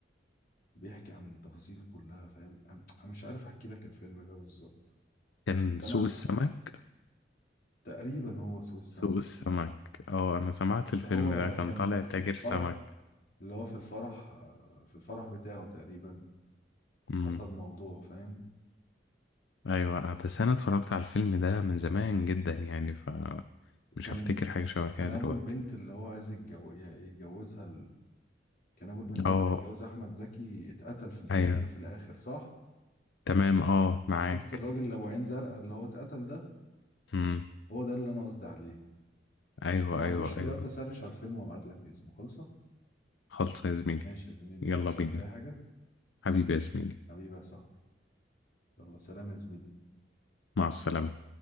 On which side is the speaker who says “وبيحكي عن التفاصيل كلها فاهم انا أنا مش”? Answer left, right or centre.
Left